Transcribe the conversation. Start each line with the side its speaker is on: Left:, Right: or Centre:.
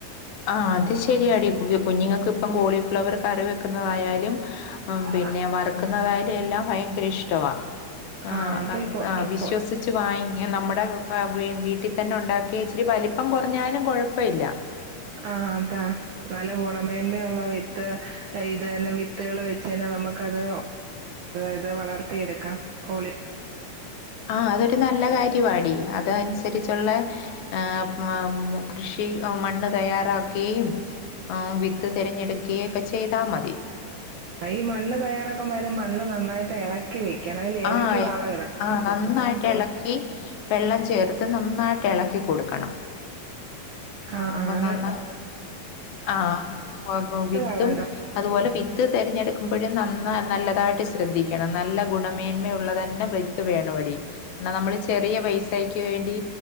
Left: ആഹ് അത് ശരിയാടി കു കുഞ്ഞുങ്ങക്ക് ഇപ്പം കോളി ഫ്ലവവർ കറി വെക്കുന്നതായാലും ഉം
Right: ആ
Left: പിന്നെ വറക്കുന്നതായാലും എല്ലാം ഭയങ്കരയിശ്ടവാ ആഹ്
Right: ആ അപ്പൊ
Left: അതെ
Right: ഈ പൊ
Left: ആ വിശ്വസിച്ച
Right: പൊ
Left: വാങ്ങ നമ്മുടെ വീട്ടിൽ തന്നെ ഒണ്ടാക്കിയ ഇച്ചിരി വലി പ്പം കൊറഞ്ഞാലും കൊഴപ്പയില്ല
Right: ആഹ് അതാ നല്ല ഗുണമേന്മയുള്ള വിത്ത് ഇത് തന്നെ വിത്തുകള് വെച്ച് തന്നെ നമുക്ക് അത് എത് വളർത്തിയെടുക്കാം കോളി ഫ്ലവ
Left: ആഹ് അതൊരു നല്ല കാര്യവാടി അത് അനുസരിച്ചുള്ള ഏഹ് എം മ് കൃഷി മണ്ണ് തയ്യാറാക്കി ആമ് വിത്ത് തെരഞ്ഞെടുക്കെയേം ഒക്കെ ചെയ്താ മതി
Right: ഈ മണ്ണ് തയ്യാറാക്കുമ്പോ അതിന് മണ്ണ് നന്നായിട്ട് ഇളക്കി വെക്കണം ഇല്ല ഇളക്കി
Left: ആഹ്
Right: വളമിടണോ
Left: ആ നന്നായിട്ട് എളക്കി വെള്ളം ചേർത്ത് നന്നായിട്ട് എളക്കി കൊടുക്കണം
Right: ആ
Left: ആഹ് അപ്പൊ
Right: ആ എന്നിട്ട്
Left: നന്നാ ആഹ് വിത്തും
Right: വളമിടണം
Left: അതുപോലെ വിത്ത് തിരഞ്ഞെടുക്കുമ്പഴും നന്ന നല്ലതായിട്ട് ശ്രദ്ധിക്കണം നല്ല ഗുണം മേന്മയുള്ളത് തന്നെ വേണോ വെടി ഇന്ന നമ്മള് ചെറിയ പൈസാക്ക് വേണ്ടി